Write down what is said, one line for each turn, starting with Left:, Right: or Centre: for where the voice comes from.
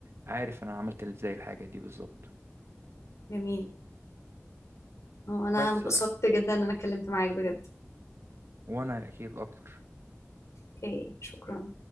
Right: عارف انا عملت ازاي الحاجة دي بالظبط
Left: جميل هو انا
Right: بس
Left: انبسطت
Right: آه،
Left: جدا ان انا اتكلمت معاك بجد
Right: وانا اكيد اكتر
Left: اوكي شكرا